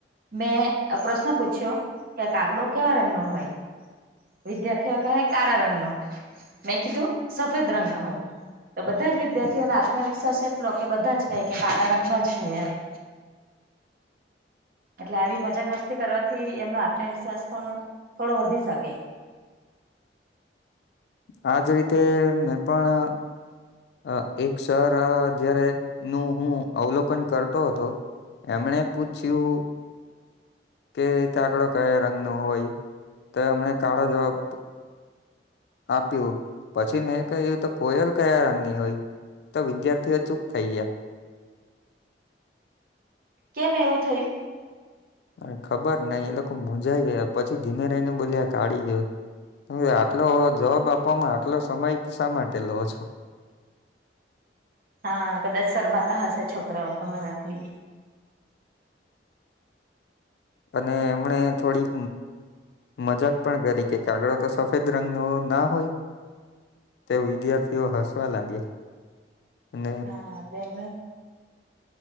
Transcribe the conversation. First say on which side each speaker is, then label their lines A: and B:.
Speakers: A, on the right; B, on the left.
A: મેં પ્રશ્ન પૂછ્યો કે કાગડો કેવા રંગ નો હોય વિદ્યાર્થીઓ કહે કાળા રંગ નો મેં કીધું સફેદ રંગ નો હોય તો બધા જ વિદ્યાર્થીઓને આત્મવિશ્વાસ એટલો કે બધા જ કઈ કે કાળા રંગ ન જ હોય એમ-' એટલે આવી મજાક મસ્તી કરવાથી એમનો આત્મવિશ્વાસ પણ થોડો વધી શકે.
B: આજ રીતે મેને પણ અ એક સર જયારે નું હું અવલોકન કરતો હતો એમણે પૂછ્યું, કે કાગડો કયા રંગ નો હોય તો એમને કાળો જવાબ આપ્યું પછી મેં કહ્યું તો કોયલ કયા રંગની હોય? તો વિદ્યાર્થીઓ ચૂપ થઈ ગયા.
A: કેમ એવું થયું?
B: અરે ખબર નઈ એ લોકો મુંઝાઈ ગયા પછી ધીમે રહીને બોલ્યા કાઢી હોય. આટલો જવાબ આપવામાં આટલો સમય શા માટે લો છો.
A: હા કદાચ શરમાતા હશે છોકરાઓ તમારાથી
B: અને એમણે થોડી મજાક પણ કરી કે કાગડો તો સફેદ રંગ ન ના હોય? તે વિદ્યાર્થીઓ હસવા લાગ્યા
A: હા અમ